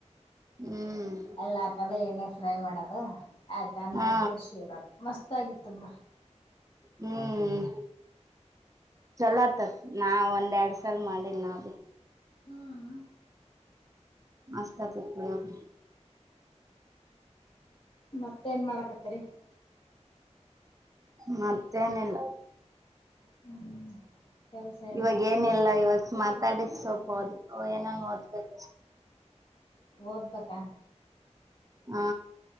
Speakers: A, on the right (about 30°); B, on the left (about 50°).
A: ಹ್ಮ್
B: ಎಲ್ಲ ಹಾಕದ ಎಣ್ಣೆಗ ಫ್ರೈ ಮಾಡದ ಆಯ್ತು ಅನ್ನಾ
A: ಹಾ
B: ಹಾಕಿ ಕಿಸಿ ಬಿಡದ ಮಸ್ತ್ ಆಗಿತ್ತು ಬಿಡ.
A: ಹ್ಮ್ ಚಲೋ ಆತದ ನಾ ಒಂದ್ ಎರಡ್ ಸಲ್ ಮಾಡಿನ ಭೀ.
B: ಹ್ಮ.
A: ಮಸ್ತ ಅಕ್ಕೇತಿ ಪುಳಿಯೋಗರೆ
B: ಮತ್ತ ಏನ್ ಮಾಡಾಕತ್ತರಿ.
A: ಮತ್ತ ಏನಿಲ್ಲ
B: ಹ್ಮ್ ಕೆಲ್ಸ ಏನ್
A: ಇವಾಗ
B: ಮಾಡಕತ್ತರಿ
A: ಏನ ಇಲ್ಲ ಇವತ್ತ ಮಾತಾಡಿ ಸ್ವಲ್ಪ ಏನನ್ ಓದ್ಬೇಕ.
B: ಓದ್ಬೇಕಾ.
A: ಹಾ